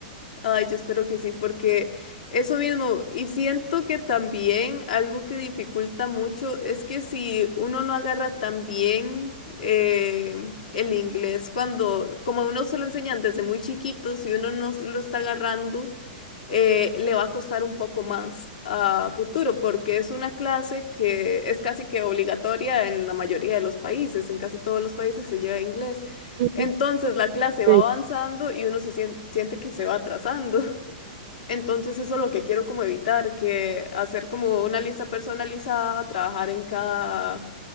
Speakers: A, on the left; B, on the right.
A: Ay, yo espero que sí, porque eso mismo, y siento que también algo que dificulta mucho es que si uno no agarra tan bien eh, el inglés, cuando como a uno se lo enseñan desde muy chiquito, si uno no lo está agarrando, eh, le va a costar un poco más a futuro, porque es una clase que es casi que obligatoria en la mayoría de los países, en casi todos los países se lleva inglés.
B: <laughs> Ujú,
A: Entonces la clase
B: Sí.
A: va avanzando y uno se sien- siente que se va atrasando. <laughs> Entonces eso es lo que quiero como evitar, que hacer como una lista personalizada, trabajar en cada